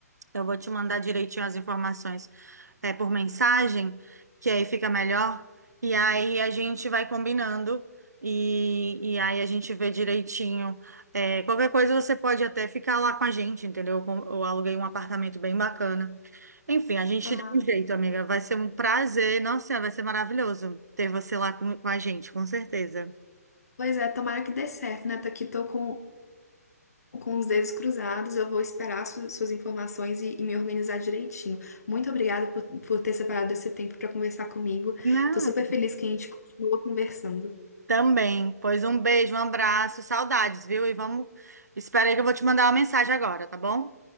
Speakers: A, on the right; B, on the left.
A: Eu vou te mandar direitinho as informações é, por mensagem, que aí fica melhor. E aí a gente vai combinando e, e aí a gente vê direitinho. É, qualquer coisa você pode até ficar lá com a gente, entendeu? Eu, com- eu aluguei um apartamento bem bacana. Enfim, a gente
B: Ah,
A: dá um jeito, amiga. Vai ser um prazer. Nossa, vai ser maravilhoso ter você lá com, com a gente, com certeza.
B: Pois é, tomara que dê certo, né? Tô aqui, tô com, com os dedos cruzados, eu vou esperar su- suas informações e, e me organizar direitinho. Muito obrigada por, por ter separado esse tempo para conversar comigo.
A: Não.
B: Tô super feliz que a gente continua conversando.
A: Também. Pois um beijo, um abraço, saudades, viu? E vamos. Espera aí que eu vou te mandar uma mensagem agora, tá bom?